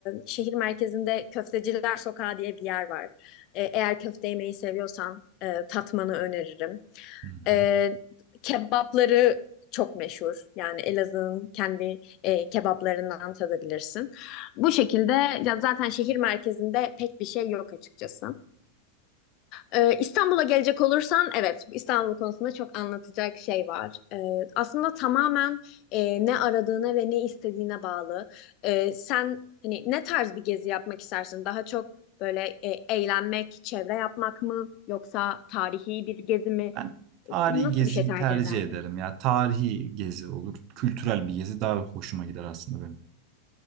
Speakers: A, on the left; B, on the right.
A: şehir merkezinde Köfteciler Sokağı diye bir yer var. E, eğer köfte yemeyi seviyorsan e, tatmanı öneririm.
B: Hı hı.
A: E, kebapları çok meşhur. Yani Elazığ'ın kendi e, kebaplarından tadabilirsin. Bu şekilde ya zaten şehir merkezinde pek bir şey yok açıkçası. Ee, İstanbul'a gelecek olursan evet İstanbul konusunda çok anlatacak şey var. Ee, aslında tamamen e, ne aradığına ve ne istediğine bağlı. Ee, sen hani ne tarz bir gezi yapmak istersin? Daha çok böyle e, eğlenmek, çevre yapmak mı yoksa tarihi bir gezi mi?
B: Ben tarihi
A: Nasıl
B: geziyi
A: bir şey tercih
B: tercih
A: ederdin?
B: ederim ya. Tarihi gezi olur. Kültürel bir gezi daha hoşuma gider aslında benim.